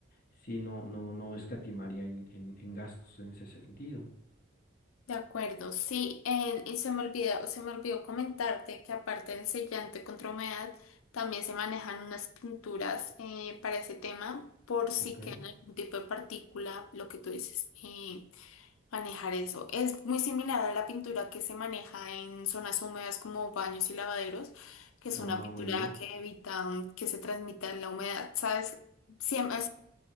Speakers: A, on the left (about 45°); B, on the left (about 85°).
A: sí, no, no, no escatimaría en, en, en gastos en ese sentido.
B: De acuerdo, sí, eh, y se me olvidó, se me olvidó comentarte que aparte del sellante contra humedad, también se manejan unas pinturas eh, para ese tema, por si
A: Ok.
B: queda algún tipo de partícula, lo que tú dices, eh, manejar eso. Es muy similar a la pintura que se maneja en zonas húmedas como baños y lavaderos, que
A: Ah,
B: es una pintura
A: muy bien.
B: que evita mm, que se transmita la humedad, ¿sabes? Siempre,